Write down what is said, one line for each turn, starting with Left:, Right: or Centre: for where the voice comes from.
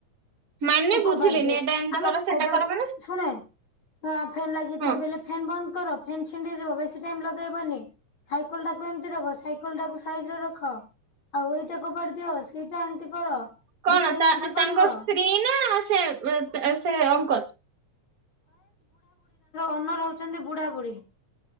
Right: ମାନେ
Left: ଏଇ, କବାଟ
Right: ବୁଝିଲିନି
Left: ଦେ,
Right: ଏଇଟା ଏମିତି
Left: ଆମେ
Right: କର ସେଟା
Left: କବାଟେ
Right: କର ମାନେ
Left: ଶୁଣେ <unintelligible> ଆତ୍ ଫେନ୍ ଲାଗିଯିବ,
Right: ହଁ
Left: ବେଲେ, ଫ୍ୟାନ୍ ବନ୍ଦ କର, ଫେନ୍ ଛିଣ୍ଡି ଯିବ, ବେଶୀ ଟାଇମ ଲଗେଇବନି, ସାଇକେଲ ଟାକୁ ଏମତି ରଖ, ସାଇକେଲ ଟାକୁ ସାଇଜରେ ରଖ, ଆଉ ଏଇଟା କୁ କରିଦିଅ, ସେଇଟା ଏମତି କର।
Right: କଣ,
Left: ରୋଷେଇ
Right: ତା,
Left: ଏମିତି
Right: ତାଙ୍କ
Left: କରିବ।
Right: ସ୍ତ୍ରୀ ନା? ହଁ ସେ <unintelligible> ସେ ଅଙ୍କଲ।
Left: ଓନର ହହୁଛନ୍ତି ବୁଢ଼ା ବୁଢ଼ୀ।